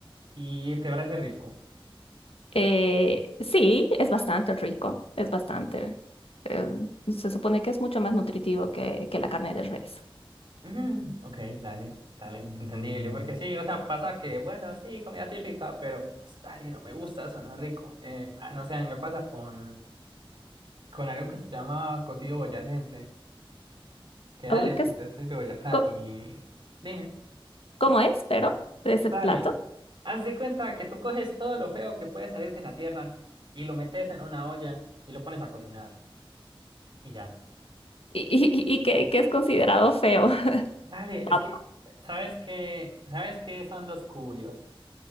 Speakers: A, on the right (about 55°); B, on the left (about 90°).
A: Y te parece rico.
B: Eh, sí, es bastante rico, es bastante, eh, se supone que es mucho más nutritivo que, que la carne de res.
A: "Ujú, ok, dale, dale, entendible. Porque sí, o sea, pasa que, bueno, sí, comida típica, pero pues dale, no me gusta, eso no es rico. Eh, ah, no sé, a mí me pasa con, con algo que se llama cocido boyacense. Que dale,
B: Ay, ¿qué
A: pues
B: es?
A: yo soy de Boyacá
B: ¿Cómo,
A: y dime,
B: cómo es, pero, ese
A: dale,
B: plato?
A: haz de cuenta que tú coges todo lo feo que puede salir de la tierra y lo metes en una olla y lo pones a cocinar y ya.
B: Y, y, y que, que es considerado feo. <laughs>
A: Dale,
B: Papa.
A: es que, ¿sabes qué? ¿Sabes qué son los cubios?